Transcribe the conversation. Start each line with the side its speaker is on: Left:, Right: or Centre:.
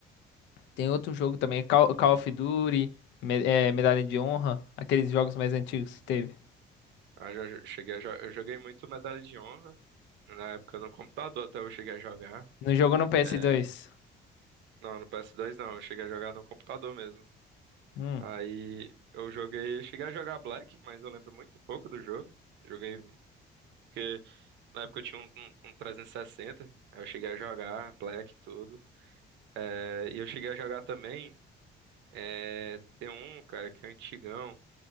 Left: tem outro jogo também, Call, Call of Duty, me- é, Medalha de Honra, aqueles jogos mais antigos que teve.
Right: Ah, já, já cheguei a jo- eu joguei muito Medalha de Honra, na época no computador até eu cheguei a jogar.
Left: Não jogou no ps
Right: É,
Left: dois
Right: não, no PS2 não, eu cheguei a jogar no computador mesmo.
Left: Hum.
Right: Aí eu joguei, cheguei a jogar Black, mas eu lembro muito pouco do jogo. Joguei porque Na época eu tinha um, um, um 360, aí eu cheguei a jogar Black e tudo. É, e eu cheguei a jogar também, é, tem um, cara, que é um antigão.